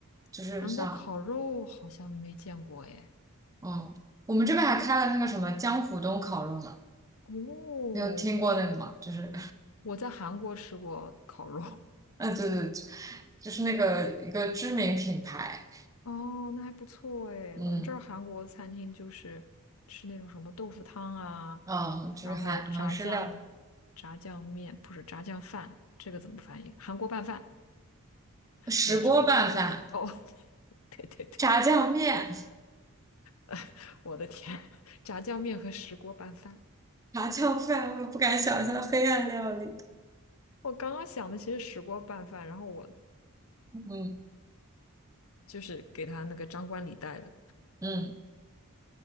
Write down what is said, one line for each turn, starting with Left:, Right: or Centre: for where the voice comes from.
Right: 就是像，
Left: 韩国烤肉好像没见过哎，
Right: 嗯，我们这边还开了那个什么江浦东烤肉呢，
Left: 哦，
Right: 你有听过那个吗？就是，
Left: 我在韩国吃过烤肉，<laughs>
Right: <laughs> 啊，对对，就就是那个一个知名品牌，
Left: 哦，那还不错诶。
Right: 嗯
Left: 我们这儿韩国餐厅就是吃那种什么豆腐汤啊，
Right: 嗯，就是韩韩式料
Left: 然后炸酱、炸酱面，不是炸酱饭，这个怎么翻译？韩国拌饭
Right: 理，石锅拌饭、
Left: 那种的。哦，<laughs> 对对对，
Right: 炸酱面、
Left: <laughs> 我的天，炸酱面和石锅拌饭。
Right: 炸酱饭，我不敢想象黑暗料理。
Left: 我刚刚想的其实石锅拌饭，然后我
Right: 嗯
Left: 就是给他那个张冠李戴了。
Right: 嗯，